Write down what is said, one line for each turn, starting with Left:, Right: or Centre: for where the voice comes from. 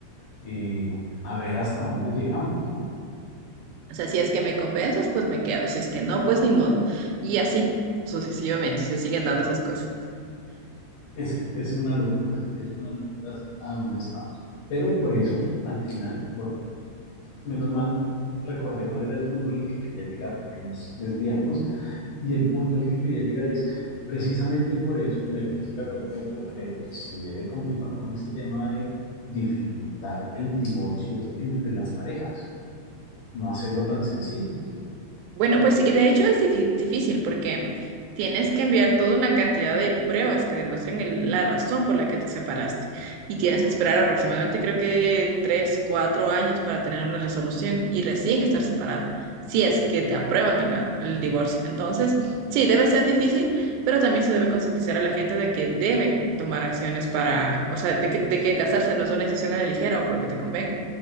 Left: y a ver hasta dónde llegamos, ¿no?
Right: O sea, si es que me convences, pues me quedo, si es que no, pues ni modo. Y así, sucesivamente, se siguen dando esas cosas.
Left: Es, es una locura, es una locura a dónde estamos. Pero por eso, al final, menos mal recordé cuál era el punto al que quería llegar, porque nos desviamos, y el punto al que quería llegar es, precisamente por eso la Iglesia Católica yo creo que sí debe continuar con este tema de dificultar el divorcio entre las parejas, no hacerlo tan sencillo.
Right: Bueno, pues sí, de hecho es difí- difícil porque tienes que enviar toda una cantidad de pruebas que demuestren el- la razón por la que te separaste y tienes que esperar aproximadamente creo que tres, cuatro años para tener una resolución y recién estar separado, si es que te aprueban el, el divorcio. Entonces, sí, debe ser difícil, pero también se debe concientizar a la gente de que deben tomar acciones para, o sea, de que, de que casarse no es una decisión a la ligera o porque te convenga,